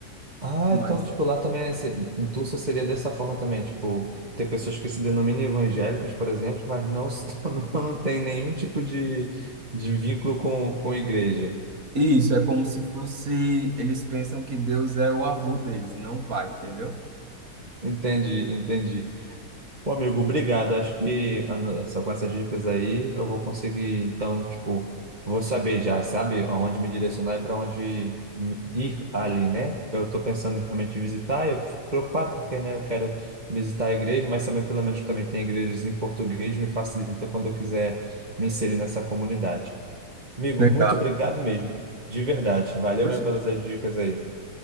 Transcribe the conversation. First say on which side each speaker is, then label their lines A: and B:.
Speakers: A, on the right; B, on the right.
A: Ah,
B: Mas
A: então, tipo, lá também, é, se- em Tulsa seria dessa forma também, tipo, tem pessoas que se denominam evangélicas, por exemplo, mas não, se- <laughs> não tem nenhum tipo de, de vínculo com, com igreja.
B: isso é como se fosse, eles pensam que Deus é o avô deles e não o pai, entendeu?
A: Entendi, entendi. Pô, amigo, obrigado. Acho que ah, essa- com essas dicas aí eu vou conseguir, então, tipo, vou saber já, sabe, aonde me direcionar e para onde me- ir ali, né? Eu estou pensando em realmente visitar, eu fico preocupado porque, né, eu quero visitar a igreja, mas sabendo pelo menos que também tem igrejas em português, me facilita quando eu quiser me inserir nessa comunidade. Amigo,
B: Legal.
A: muito obrigado mesmo, de verdade. Valeu
B: Poxa.
A: mesmo pelas as dicas aí.